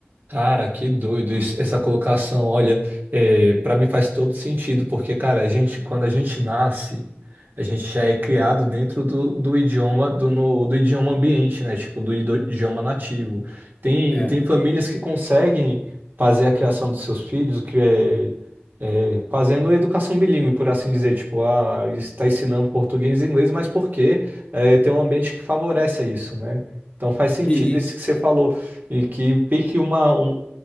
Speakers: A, on the right; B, on the left.
A: Cara, que doido
B: Mas,
A: isso- essa colocação. Olha, é, para mim faz todo sentido, porque, cara, a gente, quando a gente nasce, a gente já é criado dentro do, do idioma do, no- do idioma ambiente, né? Tipo, do, ido- idioma nativo. Tem,
B: é.
A: tem famílias que conseguem fazer a criação dos seus filhos, que é, é, fazendo educação bilíngue, por assim dizer. Tipo, ah, está ensinando português e inglês, mas porque é, tem um ambiente que favorece a isso, né? Então faz sentido
B: E
A: isso que você falou. E que fique uma, um,